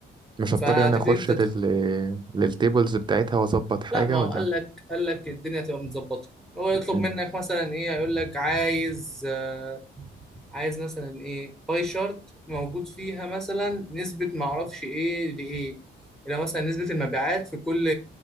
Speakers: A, on the right; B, in the centre.
A: مش
B: فهتبتدي
A: هضطر يعني أخش
B: انت
A: لل...
B: تدخل
A: للتيبلز بتاعتها وأظبط حاجة
B: لا ما هو
A: ولا؟
B: قال لك قال لك الدنيا تبقى متظبطه هو يطلب
A: مم.
B: منك مثلا ايه هيقول لك عايز آه عايز مثلا ايه باي شارت موجود فيها مثلا نسبه ما اعرفش ايه لايه لو مثلا نسبه المبيعات في كل